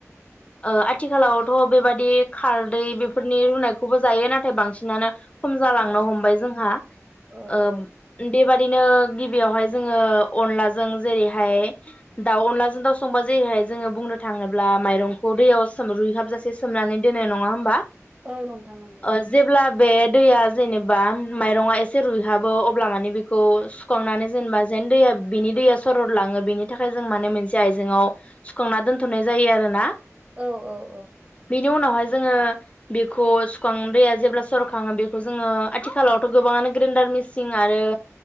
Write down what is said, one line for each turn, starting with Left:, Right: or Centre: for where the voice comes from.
Left: आथिखालावथ बेबादि खारदै बेफोरनि रुनायखौबो जायो नाथाय बांसिनानो खम जालांनो
Right: औ
Left: हमबाय जोंहा
Right: औ
Left: ओम
Right: औ
Left: बेबादिनो गिबियावहाय जोङो अनलाजों जेरैहाय दाउ अनलाजों दाउ संबा जेरैहाय जोङो बुंनो थाङोब्ला माइरंखौ दैयाव रुइहाबजासे सोमनानै दोनो नङा होमबा
Right: औ नोंथां नंगौ
Left: ओ जेब्ला बे दैया जेनेबा माइरङा एसे रुइहाबो अब्ला माने बेखौ सुखांनानै जेनेबा जेन दैया बिनि दैया सरद लाङो बेनि थाखाय जों माने मोनसे आइजेंआव सुखांना दोनथनाय जायो आरोना
Right: औ औ औ
Left: बेनि उनावहाय जोङो बेखौ सुखां दैया जेब्ला सरखाङो बेखौ जोङो आथिखालावथ' गोबाङानो ग्रेन्डार मिसिं आरो